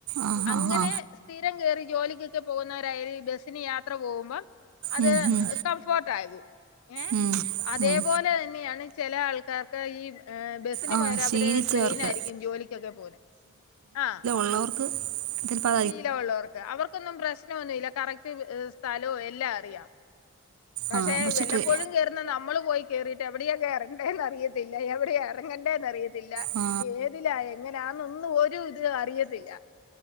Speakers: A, on the right; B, on the left.
A: ആ ഹാ
B: അങ്ങനെ
A: ഹാ
B: സ്ഥിരം കേറി ജോലിക്കൊക്കെ പോകുന്നവരായാലും ഈ ബസ്സിന് യാത്ര പോകുമ്പോം അത്
A: ഉം, ഉം,
B: കംഫോർട്ട് ആയത് ഏ
A: ഉം,
B: അതേപോലെ
A: ഉം.
B: തന്നെയാണ് ചില ആൾക്കാർക്ക് ഈ ബസ് സിന്
A: ആ
B: പകരം
A: ശീലിച്ചവർക്ക്
B: അവര് ട്രെയിനാരിക്കും ജോലിക്കൊക്കെ പോന്ന ആ
A: ഉള്ളവർക്ക് അതിൽ പറ
B: ശീലമുള്ളവർക്ക് അവർക്കൊന്നും പ്രശ്നമൊന്നുമില്ല കറക്റ്റ് സ്ഥലോ എല്ലാം അറിയാം പക്ഷെ
A: ആ
B: വല്ലപ്പോഴും
A: ട്രെ
B: കേറുന്ന ന്ന നമ്മള് പോയി കേയറിയിട്ട് എവിടെയൊക്കെ കേറണ്ടേന്ന് അറിയത്തില്ല എവിടെ ഇറങ്ങണ്ടേന്ന് അറിയത്തില്ല
A: ആ
B: ത്തില്ല ഏതിലാ എങ്ങനാന്നൊന്നും ഒരു ഇത് അറിയത്തില്ല